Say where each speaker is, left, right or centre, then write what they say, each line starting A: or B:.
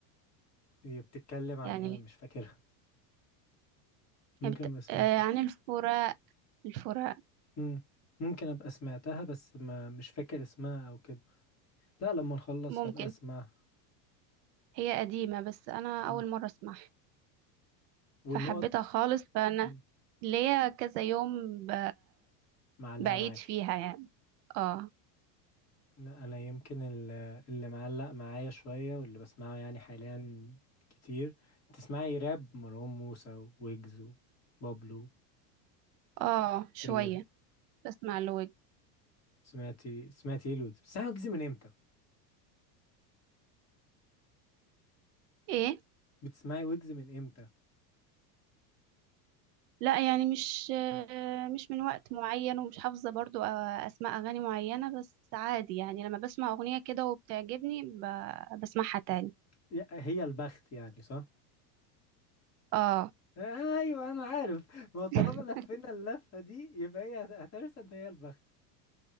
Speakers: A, on the left (about 30°); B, on the right (about 70°).
A: هي بتتكلم عن
B: يعني
A: ايه انا مش فاكرها <laughs> ممكن
B: هي بت...
A: ابقى سمعتها
B: آه، عن الفراق الفراق
A: امم ممكن ابقى سمعتها بس ما مش فاكر اسمها او كده لا لما نخلص
B: ممكن
A: هبقى اسمعها
B: هي قديمة بس انا
A: مم.
B: اول مرة اسمعها
A: والنقط
B: فحبيتها خالص فانا
A: مم.
B: ليا كذا يوم ب...
A: معلقه
B: بعيد
A: معاكي
B: فيها يعني اه
A: لا انا يمكن ال- اللي معلق معايا شويه واللي بسمعه يعني حاليا كتير تسمعي راب مروان موسى ويجز وبابلو
B: اه شوية
A: الجيلة دي
B: بسمع لوج
A: سمعتي سمعتي ايه الويجز بتسمعي ويجز من امتى
B: ايه
A: بتسمعي ويجز من امتى
B: لا يعني مش مش من وقت معين ومش حافظة برضو آه، أسماء أغاني معينة بس عادي يعني لما بسمع أغنية كده وبتعجبني ب- بسمعها تاني
A: يا- هي البخت يعني صح
B: اه
A: ايوه انا عارف ما هو طالما
B: <laughs>
A: لفينا اللفه دي يبقى هي هت- هترسى ان هي البخت